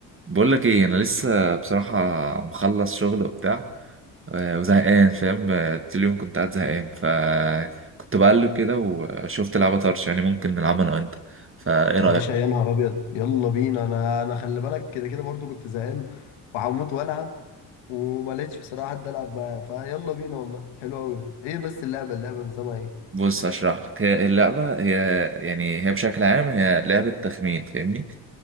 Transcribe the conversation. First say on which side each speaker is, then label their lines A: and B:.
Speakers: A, on the right; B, on the left.
A: بقول لك ايه انا لسه بصراحه مخلص شغل وبتاع آه، وزهقان فاهم آه، طول اليوم كنت قاعد زهقان فكنت بقلب كده وشفت لعبه طرش يعني ممكن نلعبها انا وانت فايه رايك
B: يا باشا يا نهار ابيض يلا بينا انا انا خلي بالك كده كده برضو كنت زهقان وهموت والعب وما لقيتش بصراحه حد العب معاه فيلا بينا والله حلو قوي ده ايه بس اللعبه اللعبه نظامها ايه
A: بص اشرح لك هي اللعبه هي يعني هي بشكل عام هي لعبه تخمين فاهمني